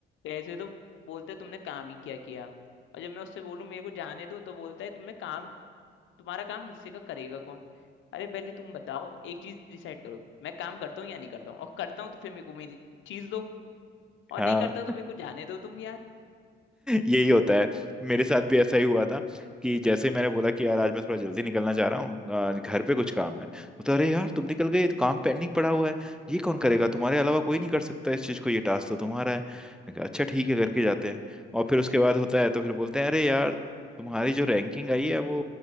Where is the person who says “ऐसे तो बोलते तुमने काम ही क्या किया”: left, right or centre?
Left